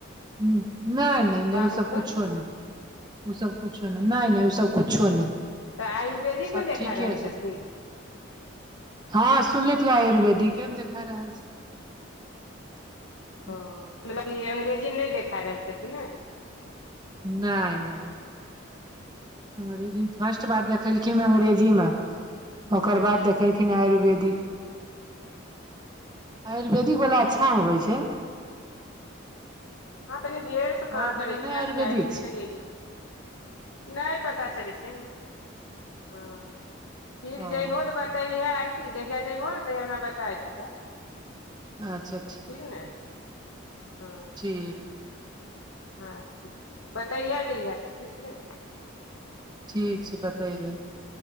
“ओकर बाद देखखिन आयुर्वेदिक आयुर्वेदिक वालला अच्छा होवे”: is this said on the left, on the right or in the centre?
Right